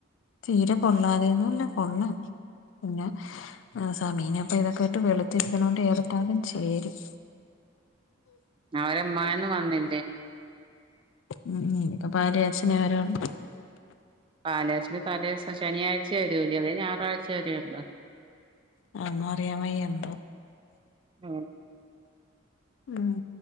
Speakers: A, on the left; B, on the right.
A: തീരെ കൊള്ളാതെയന്നുല്ല കൊള്ളാം. പിന്നെ സമീന ഇപ്പൊ ഇതൊക്കെ ഇട്ട് വെളുത്തിരിക്കുന്ന കൊണ്ട് ഏത് ഇട്ടാലും ചേരും.
B: അവര് ഉമ്മയെന്നും വന്നില്ലേ?
A: ഉം ഇപ്പൊ പാലുകാച്ചിനെ വരുള്ളൂ.
B: പാലുകാച്ചിന് തലേദിവസം ശനിയാഴ്ച വരൂലെ അവര് ഞായറാഴ്ച വരേയുള്ളൂ.
A: അതൊന്നും അറിയാൻ വയ്യാ എന്തോ?
B: ഞാൻ
A: ഉം